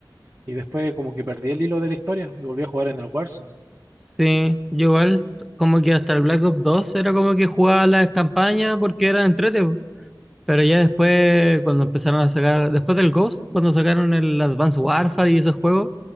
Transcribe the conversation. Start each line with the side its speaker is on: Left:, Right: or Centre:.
Right: Y después como que perdí el hilo de la historia y volví a jugar en el Warzone.
Centre: Sí, yo igual, como que hasta el Black Ops 2 era como que jugaba las campañas porque eran entrete. Pero ya después, cuando empezaron a sacar, después del Ghost, cuando sacaron el Advanced Warfare y esos juegos,